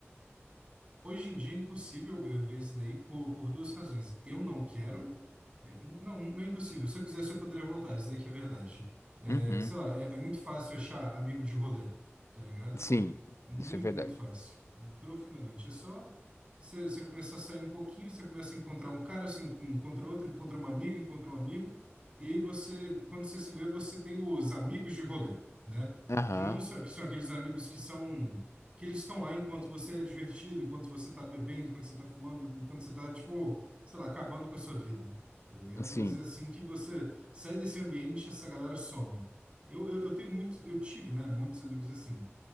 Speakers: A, on the right; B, on the left.
A: hoje em dia é impossível eu ver isso daí por, por duas razões. Eu não quero. é, Não, não é impossível. Se eu quisesse, eu poderia voltar. Isso daí que é verdade. É,
B: Uhum.
A: sei lá, é, é muito fácil achar amigo de rolê, tá ligado?
B: Sim,
A: Muito,
B: isso é verdade.
A: muito fácil. Profundamente. É só você você começar a sair um pouquinho, você começa a encontrar um cara, você en- encontra outro, encontra uma amiga, encontra um amigo, e aí você, quando você se vê, você tem os amigos de rolê, né?
B: Aham,
A: Que não são, que são aqueles amigos que são, que eles estão lá enquanto você é divertido, enquanto você tá bebendo, enquanto você tá fumando, enquanto você tá, tipo, sei lá, acabando com a sua vida, tá ligado?
B: sim.
A: Mas é assim que você sai desse ambiente, essa galera some. Eu, eu, eu tenho muito, eu tive, né, muitos amigos assim